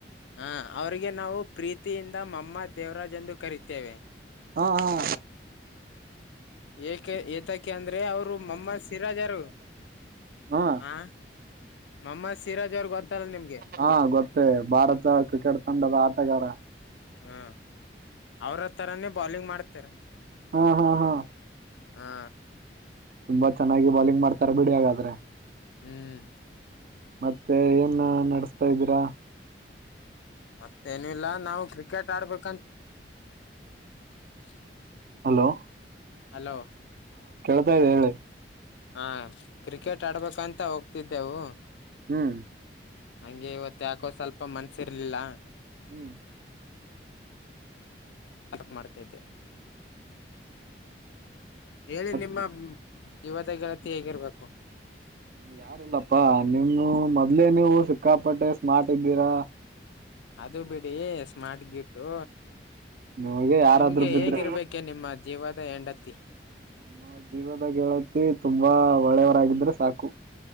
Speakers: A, on the left (about 85°); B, on the right (about 50°).
A: ಹ ಅವರಿಗೆ ನಾವು ಪ್ರೀತಿಯಿಂದ ಮಮ್ಮ ದೇವರಾಜ್ ಎಂದು ಕರಿತೇವೆ
B: ಹಾ ಹಾ
A: ಏಕೆ ಎ ಕ ಅಂದ್ರೆ ಅವರು ಮಮ್ಮ ಸಿರಾಜಾರ
B: ಹಾ
A: ಹ ಮೊಹಮ್ಮದ್ ಸಿರಾಜ್ ಅವ್ರ ಗೊತ್ತಲ್ಲ ನಿಮ್ಗೆ
B: ಹಾ ಗೊತ್ತೇ ಭಾರತ ಕ್ರಿಕೆಟ್ ತಂಡದ ಆಟಗಾರ
A: ಹಾ ಅವ್ರ ತರಾನೇ ಬೌಲಿಂಗ್ ಮಾಡ್ತರ.
B: ಹಾ ಹಾ ಹಾ
A: ಹಾ
B: ತುಂಬಾ ಚೆನ್ನಾಗಿ ಬಾಲಿಂಗ್ ಮಾಡ್ತಾರ ಬಿಡಿ ಹಾಗಾದ್ರೆ.
A: ಹ್ಮ್
B: ಮತ್ತೆ ಏನ್ ನಡ್ಸ್ತಾ ಇದ್ದೀರಾ.
A: ಮತ್ತೇನ ಇಲ್ಲ ನಾವು ಕ್ರಿಕೆಟ್ ಆಡ್ಬೇಕಂತ <unintelligible>
B: ಹಲೋ
A: ಹಲೋ
B: ಹ ಹೇಳ
A: ಹಾ ಕ್ರಿಕೆಟ್ ಆಡ್ಬೇಕಂತ ತ ಹೋಗ್ತಿದ್ದೆವು.
B: ಹ್ಮ್
A: ಹಂಗೆ ಇವತ್ತ ಯಾಕೋ ಸ್ವಲ್ಪ ಮನ್ಸಿರ್ಲಿಲ್ಲ.
B: ಹ್ಮ್
A: ಅದಕ್ ಮಾಡ್ತಾ ಇದ್ದೆ. ಹೆಳಿ
B: ಮತ್
A: ನಿಮ್ಮ ಜೀವದ ಗೆಳತಿ ಹೇಗಿರ್ಬೇಕು?
B: ನಮ್ಗೆ ಯಾರಿಲ್ಲಪ್ಪಾ ನಿಮ್ ಮೊದ್ಲೆ ನೀವು ಸಿಕ್ಕಾಪಟ್ಟೆ ಸ್ಮಾರ್ಟ್ ಇದ್ದೀರಾ.
A: ಅದು ಬಿಡಿ ಸ್ಮಾರ್ಟ್ ಗಿಟು.
B: ನಿಮಗೆ ಯಾರಾದ್ರೂ
A: ನಿಮ್ಗೆ
B: ಬಿದ್ರೆ
A: ಹೇಗಿರ್ಬೇಕೆ ನಿಮ್ಮ ಜೀವದ ಹೆಂಡತಿ.
B: ನಮ್ಮ ಜೀವದ ಗೆಳತಿ ತುಂಬಾ ಒಳ್ಳೆಯವರಾಗಿದ್ರೆ ಸಾಕು.